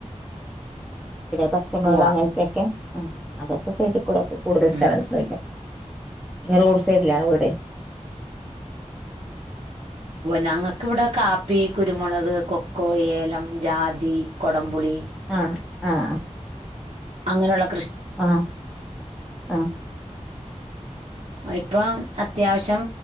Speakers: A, in the centre; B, on the right (about 65°).
A: പച്ചമുളക്
B: ഉവ്വ
A: അങ്ങനത്തെയൊക്കെ അതൊക്കെ ചെയ്തു പോയതാ കൂടുതൽ സ്ഥലൊന്നുയില്ല
B: ഉം
A: റോഡ് സൈഡിലാണ് വീടെ
B: ഞങ്ങക്കിവിടെ കാപ്പി കുരുമുളക് കൊക്കോ ഏലം ജാതി കൊടംപുളി-
A: ആഹ് ആഹ്
B: അങ്ങനെ ഒള്ള
A: ആഹ് ആഹ്
B: ഇപ്പം അത്യാവശ്യം